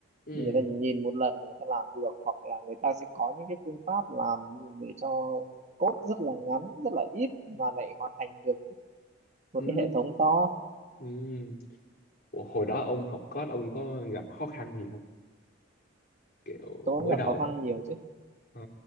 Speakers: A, on the left; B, on the right.
A: ừ
B: người ta chỉ nhìn một lần là người ta làm được hoặc là người ta sẽ có những cái phương pháp làm để cho code rất là ngắn rất là ít mà lại hoàn thành được một
A: ừ
B: cái hệ thống to
A: ừ
B: Ừ,
A: Ủa, hồi đó ông học code ông có gặp khó khăn gì không kiểu
B: tôi
A: mới
B: cũng gặp
A: đầu
B: khó khăn
A: á
B: nhiều chứ
A: ờ